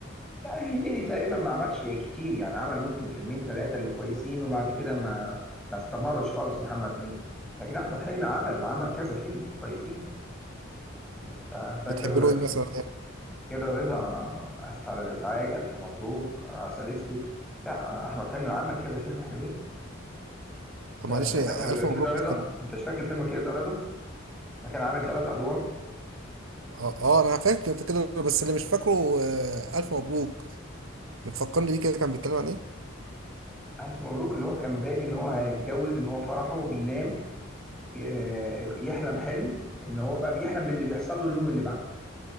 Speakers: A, in the centre; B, on the right.
A: لا هنيدي تقريبا ما عملش كتير يعني عمل ممكن فيلمين ثلاثه اللي كويسين وبعد كده ما ما استمرش خالص محمد هنيدي لكن احمد حلمي عمل عمل كذا فيلم كويسين يعني انت فاكر
B: بتحب له ايه
A: ك-
B: مثلا يعني؟
A: كده رضا اسف على الازعاج الف مبروك عسل اسود لا احمد حلمي عمل كذا فيلم حلوين
B: طب
A: انت
B: معلش
A: أنت فاكر
B: الف مبروك
A: كده رضا
B: دي كان-
A: ما انتش فاكر فيلم كده رضا ما كان عامل ثلاث ادوار
B: اه آه، انا فاكر كده بس اللي مش فاكره آه، الف مبروك متفكرني بيه كده كان بيتكلم عن ايه
A: ألف مبروك اللي هو كان بادي إن هو هيتجوز إن هو فرحه وينام ي- يحلم حلم إن هو بقى بيحلم باللي بيحصل له اليوم اللي بعده